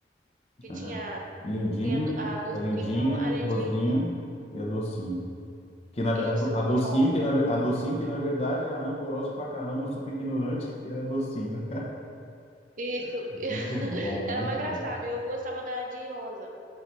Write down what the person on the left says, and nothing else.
É.
Lindinho,
a lindinha,
florzinho e a docinho. Que na,
ver- a docinho,
que na, ver- a docinho, que na verdade era rancorosa pra caramba, super ignorante, que era docinho.
<laughs>
Muito bom,
muito
bom.